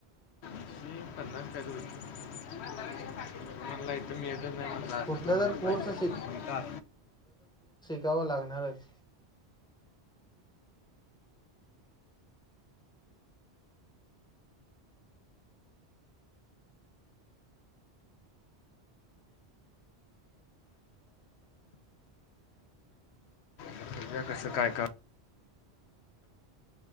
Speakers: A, on the left (about 75°); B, in the centre.
A: हं पन्नास काय तरी होतं तो म्हणला इथं मी येत नाय म्हटला आता
B: कुठला
A: तुम्हाला
B: तर कोर्स
A: पाहिजे <unintelligible> का?
B: द्यावं लागणारच.
A: बघूया कसं काय का